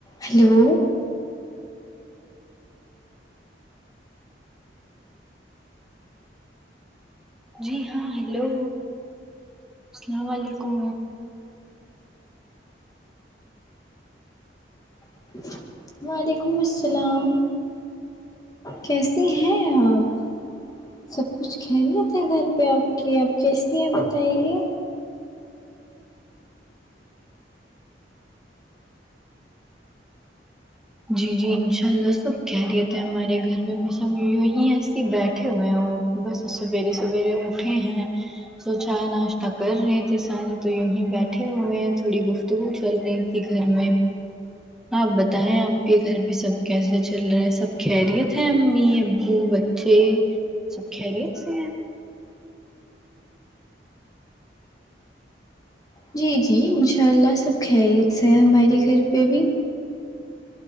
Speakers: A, on the left; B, in the centre.
A: ہلو
B: جی ہاں ہیلو السلام علیکم
A: <inaudible> وعلیکم السلام کیسے ہیں آپ سب کچھ کہہ لیے تھا گھر پہ آپ کے آپ کیسی ہیں بتائیے
B: جی جی انشاء اللہ سب کہہ رہیے تھے ہمارے گھر میں بس ہم ہی ایسے بیٹھے ہوئے ہ بس سویرے سویرے اٹھے ہیں تو چائے ناشتہ کر رہے تھے سارے تو یہیں بیٹھے ہوئے ہیں تھوڑی گفت تو وہ چل رہی تھی گھر میں آپ بتائے آپ کے گھر بھی سب کیسے چل رہا ہے سب خیریت ہے امی ابو بچے سب خری سے
A: جی جی انشاء اللہ سب خیریت سے ہے ہمارے گھر پہ بھی